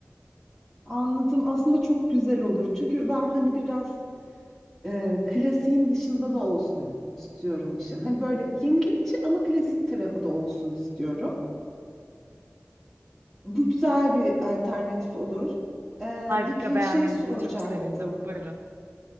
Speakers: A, in the centre; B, on the right.
A: Anladım. Aslında çok güzel olur. Çünkü ben hani biraz e, klasiğin dışında da olsun istiyorum işin. Hani böyle yenilikçi ama klasik tarafı da olsun istiyorum. Bu güzel bir alternatif olur. E,
B: Harika,
A: peki
B: beğenmenize
A: şey soracaktım.
B: çok sevindim. Buyurun.